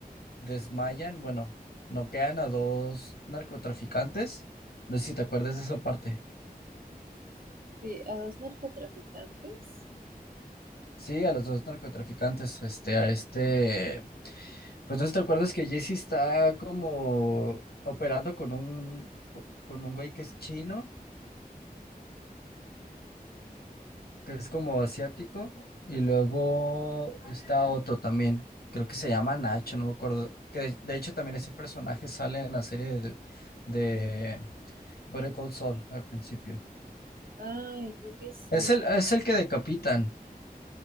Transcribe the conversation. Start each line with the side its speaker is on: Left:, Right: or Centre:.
Left: desmayan, bueno, noquean a dos narcotraficantes. No sé si te acuerdas de esa parte.
Right: sí, a dos narcotraficantes.
Left: Sí, a los dos narcotraficantes, este, a este, pues no sé si te acuerdas que Jesse está como operando con un, con con un güey que es chino que es como asiático, y luego está otro también, creo que se llama Nacho, no me acuerdo, que de, de hecho también ese personaje sale en la serie de, de Better Call Saul al principio.
Right: Ay, creo que sí.
Left: Es el, es el que decapitan,